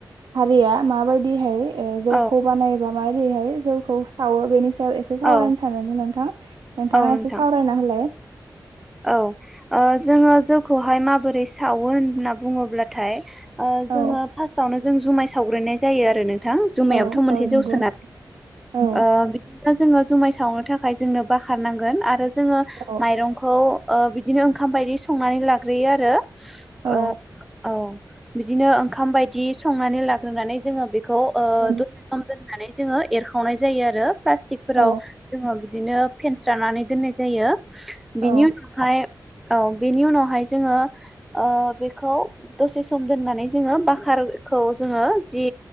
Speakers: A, on the right; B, in the centre.
A: हारिया माबायदिहाय ओ जौखौ
B: औ
A: बानाय बा माबादिहाय जौखौ सावो बेनिस सायाव एसे सावरायनो
B: औ
A: सानोमोन नोंथां नोंथाङा
B: औ नोंथां
A: एसे सावरायना होलाय?
B: औ ओ जोङो जौखौहाय माबोरै सावो होनना बुङोब्लाथाय ओ
A: औ
B: जोङो फार्स्टावनो जों जुमाय सावग्रोननाय जायो आरो नों थां जुमायाबोथ'
A: औ
B: मोनसे
A: औ नंगौ
B: जौसो ना
A: औ
B: ओ बिद <unintelligible> ना जोङो जुमाय सावनो थाखाय जोंनो बाखार नांगोन आरो जोङो
A: औ
B: माइरंख खौ ओ बिदिनो ओंखाम बायदि संनानै लाग्रोयो आरो
A: औ
B: ओ औ बिदिनो ओंखाम बायदि संनानै लाग्रोनानै जोङो बे खौ ओ
A: औ
B: दसे सम दोननानै जोङो एरखावनाय जायो आरो प्लास्तिकफोराव
A: औ
B: जोङो बि बिदिनो फेनस्रानानै दोननाय जायो
A: औ
B: बिनि उनावहाय औ बेनि उनावहाय जोङो बेखौ दसे सम दोननानै जोङो बाखार खौ जोङो जि